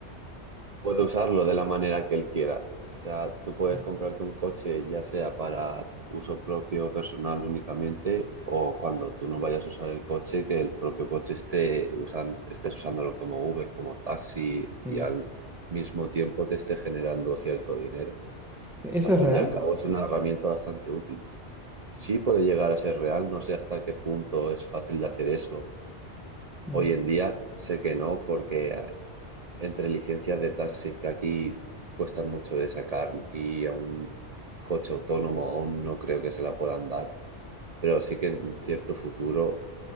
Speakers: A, on the right; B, in the centre.
A: puede usarlo de la manera que él quiera. O sea, tú puedes
B: mm.
A: comprarte un coche ya sea para uso propio o personal únicamente, o cuando tú no vayas a usar el coche, que el propio coche esté usan- estés usándolo como Uber, como taxi,
B: Mm.
A: y al mismo tiempo te esté generando cierto dinero.
B: ¿Eso
A: Al
B: es
A: fin
B: real?
A: y al cabo es una herramienta bastante útil. Sí puede llegar a ser real, no sé hasta qué punto es fácil de hacer eso.
B: Mm.
A: Hoy en día sé que no, porque entre licencias de taxis que aquí cuestan mucho de sacar y a un coche autónomo aún no creo que se la puedan dar, pero sí que en cierto futuro